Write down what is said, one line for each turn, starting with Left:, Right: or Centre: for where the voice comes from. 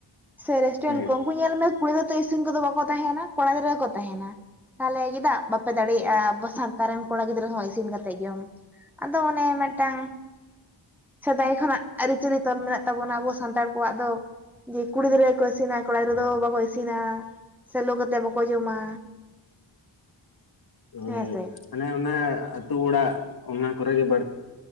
Centre: ᱥᱮ ᱨᱮᱥᱴᱩᱨᱮᱱᱴ
Left: ᱦᱩᱸ
Centre: ᱠᱚ ᱩᱱᱠᱩ ᱧᱮᱞ ᱢᱮᱮ ᱠᱩᱲᱤ ᱜᱤᱫᱨᱟᱹ ᱫᱚ ᱤᱱ ᱠᱚᱫᱚ ᱵᱟᱠᱚ ᱛᱟᱦᱮᱱᱟ ᱠᱚᱲᱟ ᱜᱤᱫᱽᱨᱟᱹ ᱜᱮᱠᱚ ᱛᱟᱦᱮᱱᱟ ᱛᱟᱦᱚᱞᱮ ᱪᱮᱫᱟᱜ ᱵᱟᱯᱮ ᱫᱟᱲᱮᱭᱟᱜᱼᱟ ᱟᱵᱚ ᱥᱟᱱᱛᱟᱲ ᱨᱮᱱ ᱠᱚᱲᱟ ᱜᱤᱫᱽᱨᱟᱹ ᱦᱚᱸ ᱤᱥᱤᱱ ᱠᱟᱛᱮᱮᱫ ᱡᱚᱢ ᱟᱫᱚ ᱚᱱᱮ ᱢᱤᱫᱴᱟᱝ ᱥᱮᱫᱟᱭ ᱠᱷᱚᱱᱟᱜ ᱟᱹᱨᱤᱟᱹ ᱠᱪᱨᱤᱤ ᱛᱚᱞ ᱢᱮᱱᱟᱜ ᱛᱟᱵᱚᱱᱟ ᱟᱵᱚ ᱥᱟᱱᱛᱟᱲ ᱠᱚᱣᱟᱜ ᱫᱚ ᱡᱮ ᱠᱩᱲᱤᱤᱫᱽᱨᱟᱹ ᱜᱮᱠᱚ ᱤᱥᱤᱱᱟ ᱠᱚᱲᱟ ᱜᱤᱫᱽᱨᱟᱹ ᱫᱚ ᱵᱟᱠᱚ ᱤᱥᱤᱱᱟ ᱥᱮ ᱞᱳ ᱠᱟᱛᱮᱫ ᱵᱟᱠᱚ ᱡᱚᱢᱟ
Left: ᱦᱳᱭ
Centre: ᱦᱮᱸ
Left: ᱦᱳᱭ
Centre: ᱥᱮ
Left: ᱢᱟᱱᱮ ᱚᱱᱟ ᱟᱹᱛᱩ ᱚᱲᱟᱜ ᱚᱱᱟ ᱠᱚᱨᱮ ᱜᱮ ᱵᱟᱹᱲ-